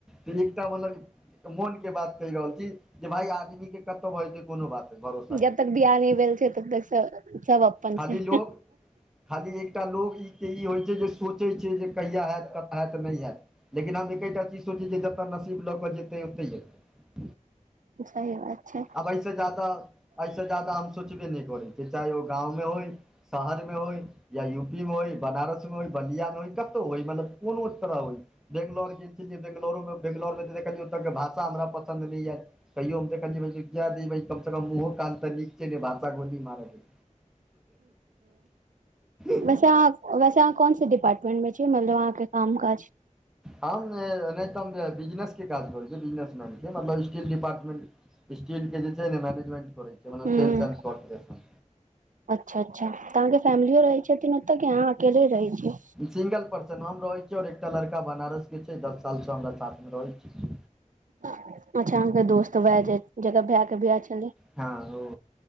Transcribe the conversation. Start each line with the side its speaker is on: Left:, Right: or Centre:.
Centre: एकटा मतलब मोन के बात कहि रहल छी जे भाय आदमी के कत हो छै कोनो बात भरोसा
Right: जब तक बियाह नहि भेल छै तब तक सब सब अपन
Centre: खाली
Right: छै
Centre: लोक खाली एकटा लोक ई होइत छै जे सोचैत छै जे कहिया हैत हएत नहि हैत लेकिन हम एकेटा चीज सोचैत छिय जे जतय नसीब लऽ कऽ जेतै ओतहि हेतै
Right: सही बात छै
Centre: एहिसँ ज्यादा एहिसँ ज्यादा हम सोचबे नहि करै छियै चाहे ओ गाँवमे होइ शहरमे होइ या यू पी मे होइ बनारस मे होइ बलिया मे होइ कतहु होय मतलब कोनो तरह होइ बेंगलौर गेल छलियै बेंगलोरमे बेंगलौरमे तऽ देखलियै ओतके भाषा हमरा पसन्द नहि एल कहियो हम कहलिय कम से कम मुँहो कान तऽ नीक छैने भाषा गोली मारैै <unintelligible>
Right: वैसे अहाँ वैसे अहाँ कोन से डिपार्मेंट मे छी मतलब अहाँके काम काज
Centre: हम नहि तऽ हम बिजनेस के काज करै छियै बिजनेसमेन के मतलब स्टील डिपार्टमेंट स्टील के जे छै ने मैनेजमेंट करे छै मतलब
Right: हूँ
Centre: सेल्स एंड कॉर्पोरेशन
Right: अच्छा अच्छा तऽ अहाँके फैमिलियो रहै छथिन ओतऽ कि अहाँ अकेले रहै छियै
Centre: सिंगल पर्सन हम रहै छीयै आओर एकटा लड़का बनारस के छै दस सालसँ हमरा साथ मे रहै छै
Right: अच्छा अहाँ के दोस्त वएह जे जकर भाय के बियाह छलै
Centre: हँ ओ